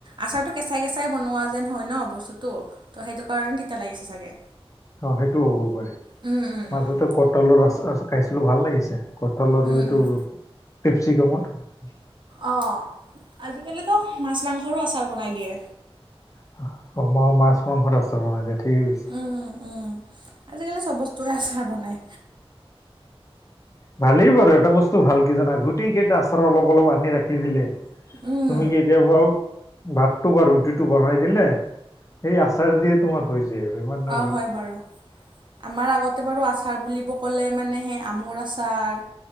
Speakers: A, on the right (about 50°); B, on the left (about 30°).
A: আচাৰটো কেঁচাই কেঁচাই বনোৱা যেন হয় ন' বস্তুটো। ত' সেইটো কাৰণে তিতা লাগিছে চাগে।
B: অহ' সেইটো হ'ব পাৰে।
A: উম উম উম
B: মাজতে কঁটলৰ আচ আচ খাইছিলোঁ। ভাল লাগিছে। কঁতল আৰু
A: উম
B: এইটো
A: উম
B: কেপচিকমত।
A: অ। আজিকালিটো মাছ-মাংসৰো আচাৰ বনাই দিয়ে।
B: <unintelligible> মাছ-মাংসত আচাৰ বনাই দিয়ে। ঠিকে কৈছে।
A: উম উম আজিকালি চব বস্তুৰে আচাৰ বনায়।
B: ভালেই বাৰু। এটা বস্তু ভাল কি জানা? গোটেই কেইটা আচাৰ অলপ অলপ আনি ৰাখি দিলে,
A: উম
B: তুমি কি তিয়াবাও ভাতটো বা ৰুটিটো বনাই দিলে, সেই আচাৰ দিয়ে তোমাৰ হৈ যায় আৰু। ইমান আৰু
A: অ', হয় বাৰু। আমাৰ আগতে বাৰু আচাৰ বুলিব ক'লে মানে, সে আমৰ আচাৰ